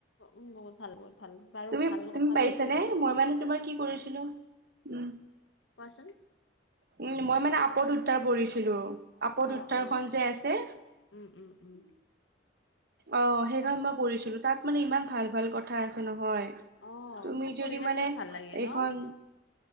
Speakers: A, on the left; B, on the right.
A: উম বহুত ভাল বহুত ভাল বাৰু
B: তুমি
A: ভাল কথা
B: তুমি পাৰিছানে
A: দেই
B: মই মানে তোমাৰ কি কৈছিলো উম।
A: কোৱা চোন।
B: উম, মই মানে আপদ উত্তাৰখন কৰিছিলো। আপদ
A: অ
B: উত্তাৰখন
A: অ
B: যে আছে।
A: উম উম উম
B: অ', সেইখন মই পঢ়িছিলো তাত মানে ইমান ভাল ভাল কথা আছে নহয়।
A: অ
B: তুমি
A: সেইখন পঢ়িলে
B: যদি মানে
A: বহুত ভাল লাগে
B: এইখন
A: ন